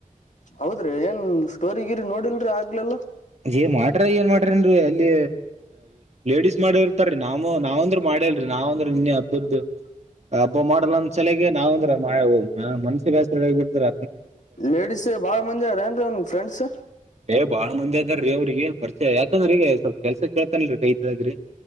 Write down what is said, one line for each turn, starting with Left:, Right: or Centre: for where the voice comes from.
Left: ಹೌದ್ರಿ ಏನ್ ಸ್ಟೋರಿಗಿರಿ ನೋಡಿಲ್ರಿ ಆಗ್ಲಲ್ಲಾ
Right: ಏ ಮಾಡ್ರಿ ಏನ್ ಮಾಡ್ರಿನ್ರಿ ಅಲ್ಲಿ ಲೇಡೀಸ್ ಮಾಡೇ ಇರ್ತಾರೀ ನಾವ ನಾವಂದ್ರೂ ಮಾಡೇಲ್ರರಿ ನಾವ್ಂದ್ರ ಇನ್ನೆ ಹಬ್ಬದ್ದ ಹಬ್ಬ ಮಾಡಲ್ ಅಂದ್ ಚಲಗ್ ನಾವ್ ಅಂದ್ರ ಮಾಯ ಹೋಗಾ ಮನ್ಸಿಗೆ ಬಸ್ರ ಆ ಬಿ್ರ
Left: ಲೇಡಿಿಸಸ್ ಬಾಳ ಮಂದಿ ಅವ್ರೇನ್ರಿ ನಿಮ್ ಫ್ರೆಂಡ್ ಸ್
Right: ಏ ಬಾಳ ಮಂದಿ ಅದಾರೀ ಅವ್ರಿಗೆ ಪರಿಚಯ ಯಾಕಂದ್ರ ಈಗ ಸ್ವಲ್ಪ ಕೆಲ್ಸ ಕೇಳ್ತನ್ಲ್ರೀ ಕೈತಗ್ರಿ